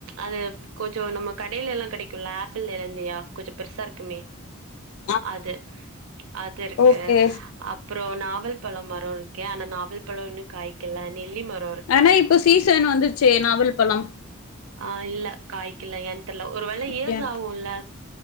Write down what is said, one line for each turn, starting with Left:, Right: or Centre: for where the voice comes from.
Right: அது கொஞ்சோ நம்ம கடேல எல்லா கடைக்கும்ல ஆப்பிள் எழுந்தியா கொஞ்சோ பெருசா இருக்குமே
Left: <inaudible>
Right: அது அது இருக்கு
Left: ஓகே
Right: அப்புறோ நாவல் பழ மரோ இருக்க ஆனா நாவல் பழ இன்னு காய்கல நெல்லி மர
Left: ஆனா இப்ப சீசன் வந்துச்சே நாவல் பழம்
Right: ஆ இல்ல காய்க்கல ஏன்னு தெர்ல ஒரு வேளை
Left: அப்டியா
Right: இயர்ஸ் ஆகும்ல்ல